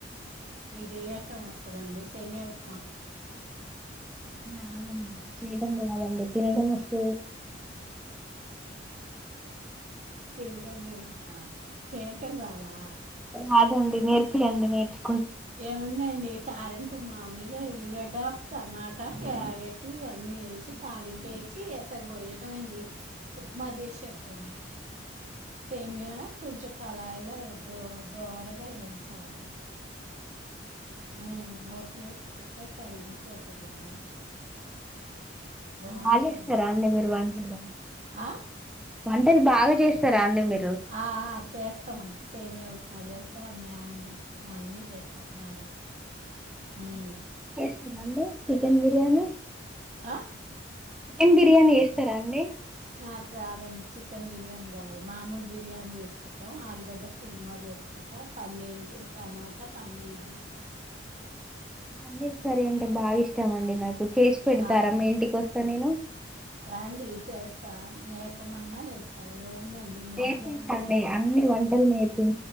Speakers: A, on the right (about 40°); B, in the centre.
A: మీ జయ అత్త మస్త్ దాండి సేమ్యా ఉప్మా
B: రాదండి చేయటం రాదండి తినడం వస్తది
A: తినటం తెలుసు ఆ చేయటం రాదా
B: రాదండి నేర్పియండి నేర్చ్
A: ఏముందండి తాలింపు మామూలుగా ఉల్లిగడ్డ టమాటా క్యారెట్ అన్నీ వేసి తాలింపు వేసి ఎసరు పోయటం అండి ఉప్మా చేసినట్టేనే సేమ్యా కొంచెం కళాయిలో దో దోరగా వేయించాలి ఉ నోట్లు వేసుకుంటే కరిగిపోతదండి బాగుంటది
B: బాగా చేస్తారా అండి మీరు వంటలు
A: ఆ
B: వంటలు బాగా చేస్తారా అండి మీరు
A: ఆ ఆ చేస్తాం సేమ్యా ఉప్మా మాజేస్తా మ్యాంగి అన్నీ చేస్తా మజ మ్
B: డి చికెన్ బిర్యానీ
A: ఆ
B: కెన్ బిర్యానీ చేస్తారా అండి
A: నాకు రాదండి చికెన్ బిర్యానీ రాదు మామూలు బిర్యానీ చేసుకుంటాం ఆలుగడ్డ కుర్మా చేసుకుంటా పన్నీరు టమాటా పన్నీర్ చేస్తా
B: పన్నీర్ కర్రీ అంటే బాగా ఇష్టం అండి నాకు చేసి పెడతారా
A: ఆ
B: మీ ఇంటికి వస్త వస్తా నేను
A: రండి చేస్తా నేర్పమన్నా నేర్పుతా ఏముందండి నెయ్యి
B: నేర్పించండి
A: ల
B: అన్ని వంటలు నేర్పి